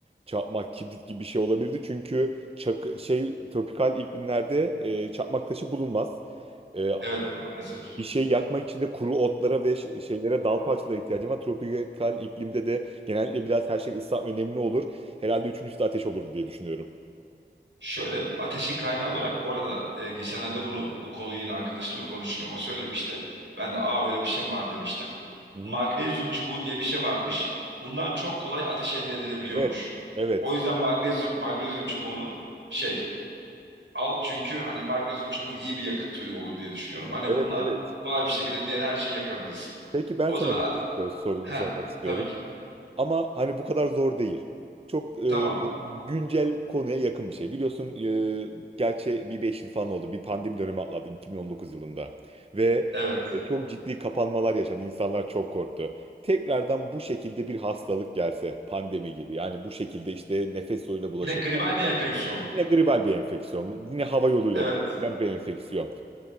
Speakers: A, on the right; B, on the right.
A: çakmak, kibrit gibi bir şey olabilirdi. Çünkü çak şey tropikal iklimlerde e, çakmak taşı bulunmaz. E,
B: Evet maalesef.
A: bir şey yakmak için de kuru otlara ve ş- şeylere dal parçalara ihtiyacım var. Tropikal iklimde de genellikle biraz her şey ıslak ve nemli olur. Herhalde üçüncüsü de ateş olurdu diye düşünüyorum.
B: Şöyle ateşin kaynağı olarak bu arada e, geçenlerde bunu bu konuyu yine arkadaşımla konuşurken o söylemişti. Ben de aa öyle bir şey mi var demiştim.
A: Hı hı.
B: Magnezyum çubuğu diye bir şey varmış. Bundan çok kolay ateş elde edilebiliyormuş.
A: Evet. Evet.
B: O yüzden magnezyum magnezyum çubuğunu şey al çünkü hani magnezyum çubuğu iyi bir yakıt türü olur diye düşünüyorum. Hani
A: Evet,
B: bununla
A: evet.
B: kolay bir şekilde diğer her şeyi yakabiliriz.
A: Peki ben
B: O
A: sana
B: zaman at
A: bir sor- sorumu
B: ha
A: sormak istiyorum.
B: tabii ki.
A: Ama hani bu kadar zor değil. Çok e,
B: Tamam.
A: güncel konuya yakın bir şey. Biliyorsun e, gerçi bir 5 yıl falan oldu. Bir pandemi dönemi atlattık 2019 yılında. Ve
B: Evet.
A: e, çok ciddi kapanmalar yaşandı. İnsanlar çok korktu. Tekrardan bu şekilde bir hastalık gelse pandemi gibi. Yani bu şekilde işte nefes yoluyla bulaşabilen.
B: Yine gribal bir enfeksiyon mu?
A: Yine gribal bir enfeksiyon. Yine hava yoluyla
B: Evet.
A: bulaşabilen bir enfeksiyon.